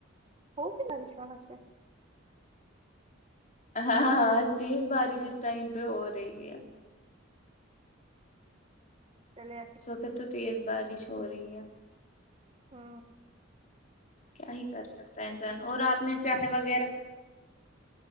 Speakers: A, on the right (about 30°); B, on the left (about 35°).
A: ہوگی نا وشواس ہے
B: ہاں ہاں آج تیز بارش اس ٹائم پہ ہو رہی ہے
A: چلے آتے۔
B: سوقت تو تیز بارش ہو رہی ہے
A: ہو
B: کیا ہی کر سکتا ہے انسان اور آپ نے چائے وغیرہ